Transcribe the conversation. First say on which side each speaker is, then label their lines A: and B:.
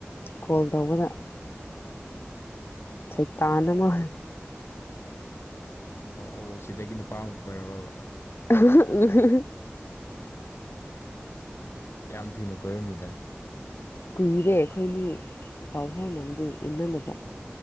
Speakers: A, on the left (about 65°); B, on the left (about 80°).
A: ꯀꯣꯜ ꯇꯧꯕꯗ ꯁꯩꯇꯥꯟ ꯑꯃ
B: ꯑꯣ ꯑꯣ ꯁꯤꯗꯒꯤ ꯅꯨꯄꯥ ꯑꯃ ꯀꯣꯏꯔꯕ
A: ꯎ
B: ꯌꯥꯝ ꯊꯨꯅ ꯀꯣꯏꯔꯝꯃꯤꯗ
A: ꯀꯨꯏꯔꯦ ꯑꯩꯈꯣꯏꯅꯤ ꯄꯥꯎꯍꯥꯎꯅꯕꯗꯤ ꯎꯅꯅꯕ